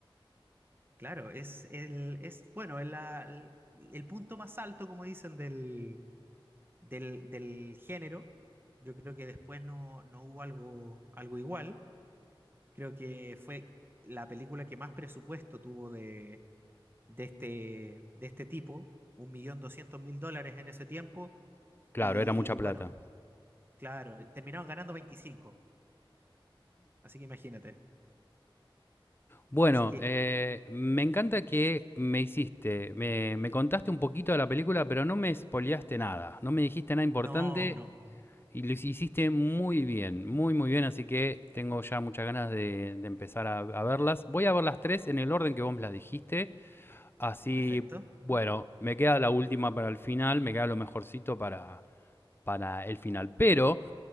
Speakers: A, on the right; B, on the left.
A: Claro, es el, es, bueno, el, la- el, el punto más alto, como dicen, del, del, del género. Yo creo que después no, no hubo algo, algo igual. Creo que fue la película que más presupuesto tuvo de de este, de este tipo, un millón doscientos mil dólares en ese tiempo,
B: Claro,
A: y
B: era mucha plata.
A: bueno, claro, terminaron ganando veinticinco así que imagínate.
B: Bueno,
A: Así que,
B: eh, me encanta que me hiciste, me, me contaste un poquito de la película, pero no me spoileaste nada, no me dijiste nada importante
A: no, no,
B: Y lo hiciste muy bien, muy muy bien, así que tengo ya muchas ganas de, de empezar a, a verlas. Voy a ver las tres en el orden que vos me las dijiste, así,
A: perfecto.
B: bueno, me queda la última para el final, me queda lo mejorcito para, para el final. Pero,